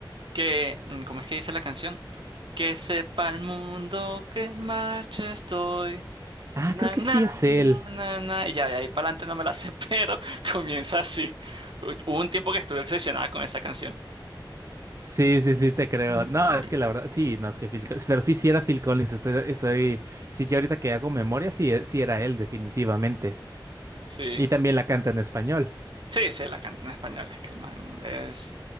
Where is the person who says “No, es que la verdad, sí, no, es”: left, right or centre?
Right